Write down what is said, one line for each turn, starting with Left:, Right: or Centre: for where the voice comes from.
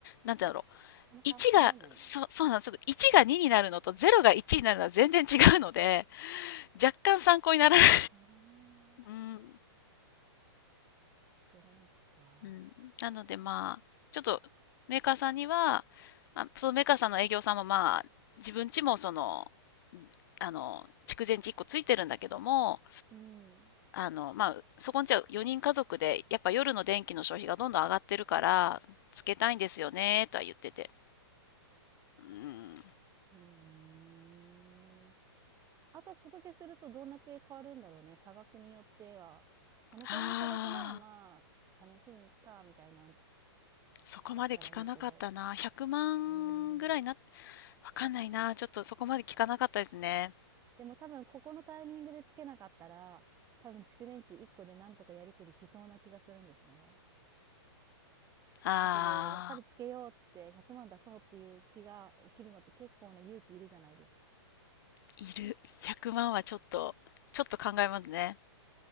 Left: なんて言うんだろう。
Right: あんま参考になんないね。
Left: 1が、そ、そうなんですよ。いちょっとが2になるのとゼロが1になるのは全然違うので、若干参考にならない。
Right: なるほどね。
Left: <laughs> うん。
Right: 蓄電池か。
Left: うん。なのでまあ、ちょっとメーカーさんには、あ、そのメーカーさんの営業さんもまあ、自分ちもその、あの、蓄電池1個ついてるんだけども、
Right: うん。う
Left: あの、まあ、そこんちは4人家族で、やっぱ夜の電気の消費がどんどん上がってるから、つけたいんですよね、とは言ってて。うん。
Right: ーん。後付けするとどんだけ変わるんだろうね、差額によっては。そのくらいの差額なら、
Left: はあ、
Right: まあ、試しにいっかみたいなん
Left: そこまで聞かなかったな。
Right: だったらいいけど。
Left: 100万ぐらいな、
Right: うーん。
Left: わかんないな。ちょっとそこまで聞かなかったですね。
Right: でも多分ここのタイミングで付けなかったら、多分蓄電池1個でなんとかやりくりしそうな気がするんですよね。
Left: ああ、
Right: 後でやっぱりつけようっつって100万出そうっていう気が起きるのって結構な勇気いるじゃないですか。
Left: いる。100万はちょっと、ちょっと考えますね。